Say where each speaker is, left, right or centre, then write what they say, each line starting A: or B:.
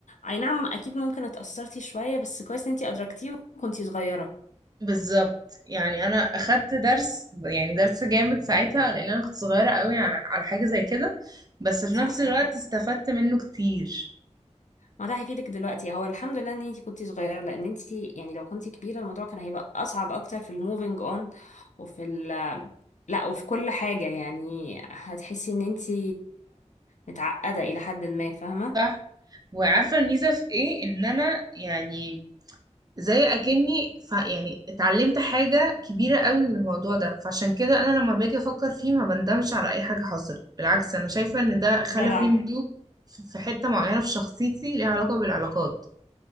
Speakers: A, on the left (about 85°); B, on the right (about 35°).
A: اي نعم اكيد ممكن اتأثرتي شوية بس كويس ان انتي ادركتيه وكنتي صغيرة
B: بالظبط يعني انا اخدت درس يعني درس جامد ساعتها لان انا كنت صغيره قوي على على حاجه زي كده بس في
A: صح
B: نفس الوقت
A: فاهمك
B: استفدت منه كتير
A: ما ده هيفيدك دلوقتي هو الحمد لله ان انتي كنتي صغيرة لان انتي يعني لو كنتي كبيرة الموضوع كان هيبقى اصعب اكتر في الموفينج اون وفي ال لا وفي كل حاجة يعني هتحسي ان انتي متعقدة الى حد ما فاهمة
B: صح وعارفه الميزه في ايه ان انا يعني زي اكني ف يعني اتعلمت حاجه كبيره قوي من الموضوع ده فعشان كده انا لما باجي افكر فيه ما بندمش على اي حاجه حصلت بالعكس انا شايفه ان ده خلى
A: جدع
B: فيه نضوج في في حته معينه في شخصيتي ليها علاقه بالعلاقات